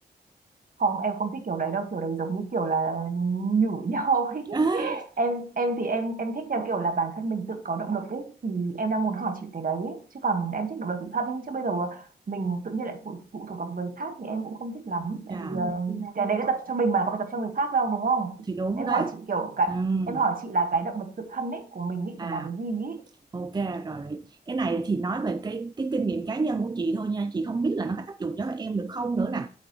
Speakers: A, on the right; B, on the right.
A: không em không thích kiểu đấy đâu kiểu đấy giống như kiểu là nhử nhau ấy
B: Ai,
A: <laughs> em em thì em em thích theo kiểu là bản thân mình tự có động lực ấy thì em đang muốn hỏi chị cái đấy chứ còn em thích động lực tự thân ấy chứ bây giờ mình tự nhiên lại phụ, phụ thuộc vào người khác thì em cũng không thích lắm tại
B: chà
A: vì Ừ, ờ, cái đấy đã tập cho mình mà có phải tập cho người khác đâu đúng không
B: thì đúng
A: em
B: đấy
A: hỏi chị kiểu cái
B: Ừm,
A: em hỏi chị là cái động lực tự thân ấy của mình ý
B: à
A: thì là cái gì ý
B: ok rồi cái này thì nói về cái cái kinh nghiệm cá nhân của chị thôi nha chị không biết là nó có áp dụng cho em được không nữa nè